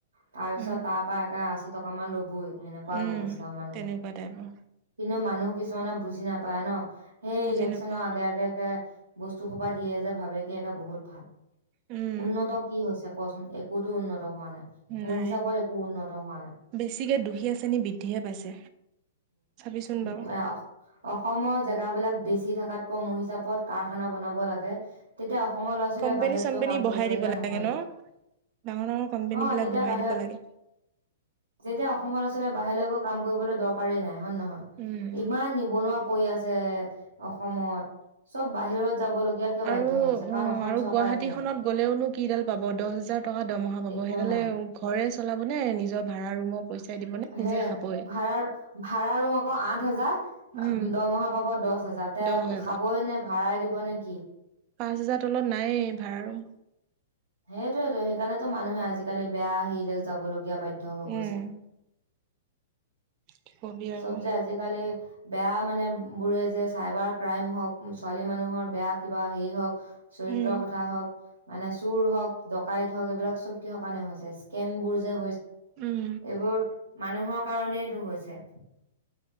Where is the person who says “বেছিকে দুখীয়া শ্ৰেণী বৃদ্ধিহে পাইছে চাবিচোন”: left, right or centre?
Right